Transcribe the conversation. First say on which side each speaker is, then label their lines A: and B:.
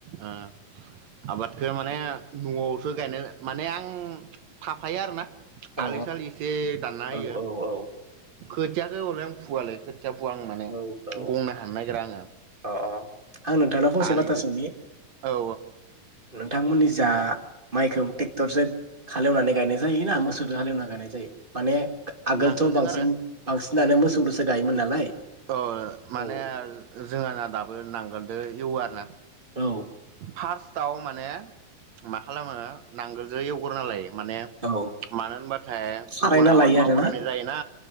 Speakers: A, on the right; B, on the right.
A: ओ आबादखौ माने न'आवसो गायनाय माने आं थाफायो आरोना
B: औ
A: आलि सालि एसे दानना होयो
B: औ औ औ
A: खोथियाखौ हले आं फुवालै खोथ थिया फुआ आं माने
B: औ औ
A: गंनो हानो नागिरा आङो
B: अ आं नोंथांनाव फंसे
A: आलिखौ
B: बाथ्रा सोंनि
A: औ
B: नोंथांमोननि जा मायखौ टेक्टरजो हालेवनानै गायनाय जायो ना मोसौदो हालेवनानै गायनाय जायो माने आगोलथ'
A: नांगोलजों
B: बांसिन
A: आरो
B: बांसिनानो मोसौ दोसो गायोमोन नालाय <unintelligible>
A: औ माने
B: औ
A: जोंहाना दाबो नांगोलदो एवो आरो ना
B: औ
A: फार्स्टआव माने मा खालामो नांगोलजों एवग्रोना लायो माने
B: औ
A: मानो होनबाथाय
B: खारायना
A: गुबुन आबाद
B: लायो
A: मावग्रोनाय
B: आरोना
A: जायोना